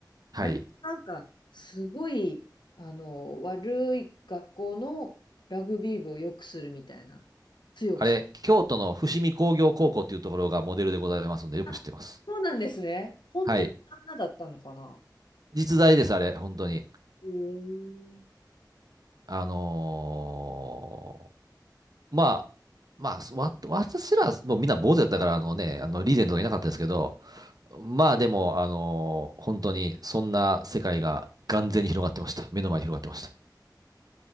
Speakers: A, on the right (about 55°); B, on the left (about 80°).
A: はい。
B: あれもなんか、すごい、あの、悪い学校のラグビー部を良くするみたいな。強くする。
A: あれ、京都の伏見工業高校っていうところがモデルでございますので、よく知ってます。
B: あ、そうなんですね。本当にあんなだったのかな。
A: はい。実在です、あれ、本当に。
B: うーん
A: あのーまあ、まあ、わ、私ら、もうみんな坊主だったから、あのね、あの、リーゼントがいなかったですけど、まあでも、あのー本当に、そんな世界が眼前に広がってました。目の前に広がってました。